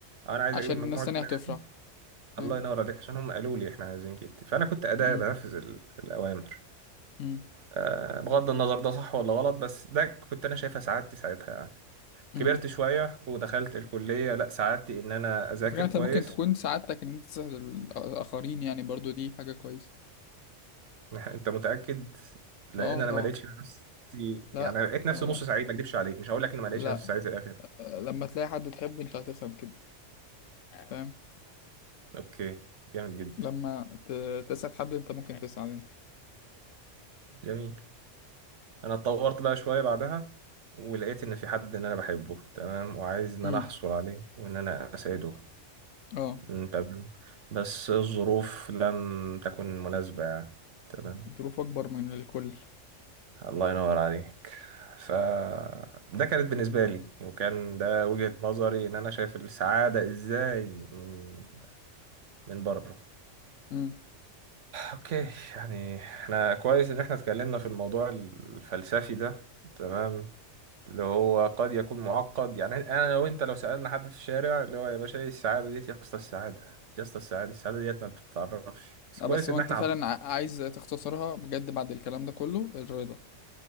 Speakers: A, on the right; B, on the left.
A: أو أنا عايز
B: عشان
A: أجيب المجموعة
B: الناس التانية
A: الفلانية
B: هتفرح فاهم
A: الله ينور عليك عشان هم قالوا لي إحنا عايزين كده فأنا كنت أداة
B: مم.
A: بنفذ ال- الأوامر
B: مم.
A: آه، بغض النظر ده صح ولا غلط بس ده كنت أنا شايفها سعادتي ساعتها يعني
B: مم.
A: كبرت شوية ودخلت الكلية لا سعادتي إن أنا أذاكر
B: الفكرة انت
A: كويس
B: ممكن تكون سعادتك ان انت تساعد الاخرين يعني برضو دي حاجه كويسه
A: <laughs> أنت متأكد لأن
B: اه
A: أنا
B: طبعا
A: ما لقيتش نفسي يعني
B: لا
A: لقيت نفسي
B: آه لا
A: نص سعيد ما أكدبش عليك مش هقول لك إن ما لقيتش
B: لا
A: نفسي سعيد في الآخر
B: آه لما تلاقي حد تحبه انت هتفهم كده فاهم
A: أوكي جامد جدا
B: لما ت- تسعد حد انت ممكن تسعد انت
A: جميل أنا اتطورت بقى شوية بعدها ولقيت إن في حد إن أنا بحبه تمام وعايز إن
B: مم.
A: أنا أحصل عليه وإن أنا أسعده
B: اه
A: أمم، تمام بس الظروف لم تكن مناسبة يعني تمام
B: الظروف اكبر من الكل
A: الله ينور عليك ف ده كانت بالنسبة لي وكان ده وجهة نظري ان انا شايف السعادة ازاي من من بره
B: امم
A: اوكي يعني احنا كويس ان احنا اتكلمنا في الموضوع الفلسفي ده تمام اللي هو قد يكون معقد يعني انا لو انت لو سألنا حد في الشارع اللي هو يا باشا ايه السعادة ديت يا اسطى السعادة يا اسطى السعادة السعادة ديت ما بتتعرفش بس
B: لا
A: كويس
B: بس
A: ان
B: هو انت
A: احنا
B: فعلا
A: عطينا
B: ع- عايز تختصرها بجد بعد الكلام ده كله الرضا